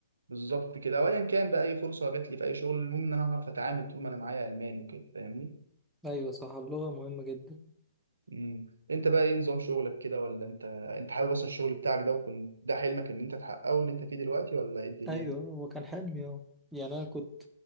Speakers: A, on the right; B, in the centre.
A: بالظبط كده وايا كان بقى اي فرصه جات لي في اي شغل المهم ان انا هعرف اتعامل طول ما انا معايا الماني وكده فاهمني
B: ايوه صح اللغه مهمه جدا
A: امم انت بقى ايه نظام شغلك كده ولا انت انت حابب اصلا الشغل بتاعك ده وكنت ده حلمك ان انت تحققه اللي انت فيه دلوقتي ولا ايه الدنيا
B: ايوه هو كان حلمي اه يعني انا كنت